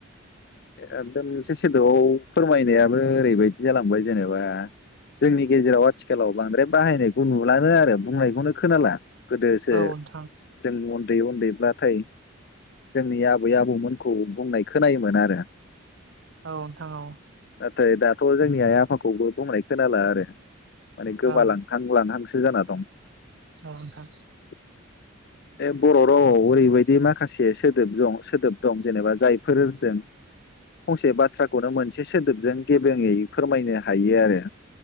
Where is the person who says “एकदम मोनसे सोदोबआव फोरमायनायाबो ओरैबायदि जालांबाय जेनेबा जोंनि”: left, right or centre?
Left